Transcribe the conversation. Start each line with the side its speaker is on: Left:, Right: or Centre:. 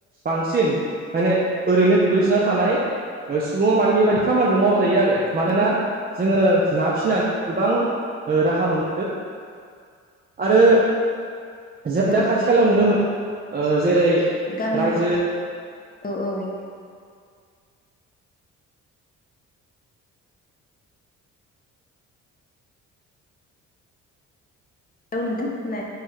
Right: बांसिन माने
Left: उम
Right: ओरैनो गोग्लैसोना
Left: उम
Right: थानाय सुबुंया मानोे बेबायाददि खामानिखौ मावजायो आरो मानोना
Left: नाफोरखौ
Right: जोङो ना फिसिनानै गोबां राहा मोनबोदों। आरो जों दा
Left: उम
Right: खाथि खालायाव नुनो मोनो जेरै
Left: गामिबोफोर
Right: रायजो
Left: औ औ <unintelligible> नुथदों होनाय <inaudible>